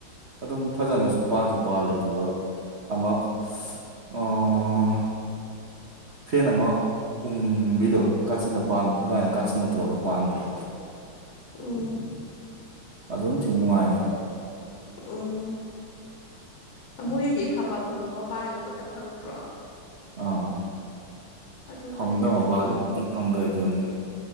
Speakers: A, on the right; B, on the left.
A: ꯑꯗꯨꯝ ꯐꯖꯅꯁꯨ ꯄꯥꯟꯁꯨ ꯄꯥꯜꯂꯦ ꯑꯗꯨꯒ ꯑꯃ ꯑꯁ ꯑꯥ ꯐꯦꯟ ꯑꯃ ꯎꯪꯕꯤꯗꯣ ꯀꯥꯆꯤꯟꯅ ꯄꯥꯟ ꯑꯗꯨꯃꯥꯏꯅ ꯀꯥꯆꯤꯟꯅ ꯇꯧꯔꯒ ꯄꯥꯟꯕ ꯌꯥꯎꯋ‌ꯦ
B: ꯎꯝ
A: ꯑꯗꯨꯝ ꯊꯤ ꯅꯨꯡꯉꯥꯏꯅꯦꯕ
B: ꯎꯝ ꯑꯩꯈꯣꯏꯗꯨꯗꯤ ꯐꯝꯕ ꯐꯝꯕ ꯃꯄꯥꯗꯣ ꯈꯛꯇ ꯐꯪꯗ꯭ꯔꯣ
A: ꯑꯥ
B: ꯑꯇꯣꯞꯄꯗꯗꯤ
A: ꯐꯝꯗꯕ
B: ꯑꯝꯇ
A: ꯃꯄꯥꯗꯨꯗꯤ
B: ꯐꯪꯗꯦ
A: ꯃꯨꯛ ꯐꯪꯗꯕꯩ ꯐꯤꯕꯝꯅꯦ